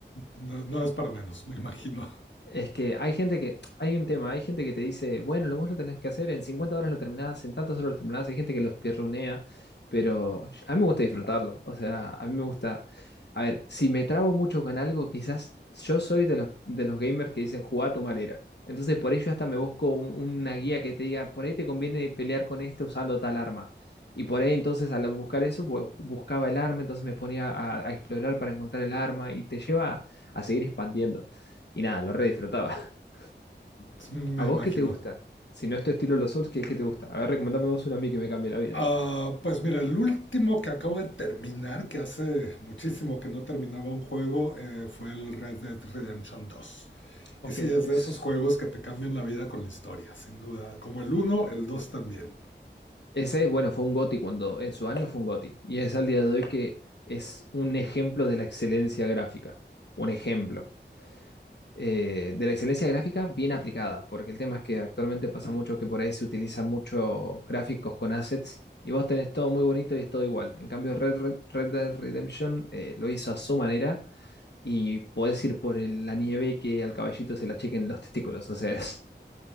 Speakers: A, on the left; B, on the left.
A: No, no es para menos, me imagino.
B: Es que hay gente que, hay un tema, hay gente que te dice, bueno, lo vos lo tenés que hacer, en 50 horas lo terminás, en tantas horas lo terminás, hay gente que los pierronea, pero yo- a mí me gusta disfrutarlo, o sea, a mí me gusta, a ver, si me trabo mucho con algo, quizás yo soy de los, de los gamers que dicen, jugá a tu manera, entonces por ello hasta me busco un- una guía que te diga, por ahí te conviene pelear con este usando tal arma, y por ahí entonces al buscar eso, bu- buscaba el arma, entonces me ponía a, a explorar para encontrar el arma, y te lleva a a seguir expandiendo. Y nada, lo re disfrutaba. <laughs>
A: <laughs> Me
B: ¿A vos
A: imagino.
B: qué te gusta? Si no es tu estilo los Souls, ¿qué, qué te gusta? A ver, recomendame vos uno a mí que me cambie la vida.
A: Ah, pues mira, el último que acabo de terminar, que hace muchísimo que no terminaba un juego, eh, fue el Red Dead Redemption dos.
B: Ok,
A: Y sí, es
B: es...
A: de esos juegos que te cambian la vida con la historia, sin duda. Como el uno, el dos también.
B: Ese, bueno, fue un GOTY cuando en su año fue un GOTY. Y es al día de hoy que es un ejemplo de la excelencia gráfica. Un ejemplo eh, de la excelencia gráfica bien aplicada, porque el tema es que actualmente pasa mucho que por ahí se utilizan muchos gráficos con assets y vos tenés todo muy bonito y es todo igual. En cambio, Red, Red, Red Dead Redemption eh, lo hizo a su manera y podés ir por el- la nieve y que al caballito se la chequen los testículos, o sea, es-